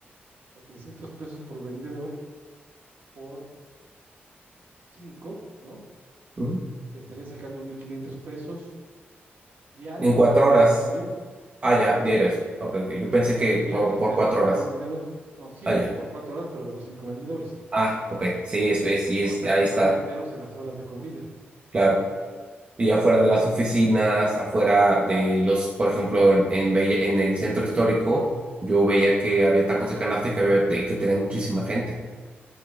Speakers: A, on the right; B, on the right.
A: o sea, 300 pesos por vendedor por cinco, ¿no?
B: ujú.
A: Te estaría sacando 1.500 pesos diarios.
B: En cuatro
A: No,
B: horas.
A: pues sí, está bien,
B: Ah, ya,
A: está muy
B: diarios.
A: bien.
B: Ok, ok. Yo pensé
A: Sí, claro,
B: que
A: diarios
B: por, por
A: de
B: cuatro
A: los cinco
B: horas.
A: vendedores. No, sí,
B: Ah, ya.
A: por cuatro horas, pero de los cinco vendedores.
B: Ah, ok. Sí, es, es-
A: Porque
B: y es,
A: vas a
B: ahí
A: tratar
B: está,
A: de venderlos en las horas de comida.
B: claro. Y afuera de las oficinas, afuera de los, por ejemplo, en, en, Bella- en el centro histórico, yo veía que había tacos de canasta y que, había, y que tenían muchísima gente.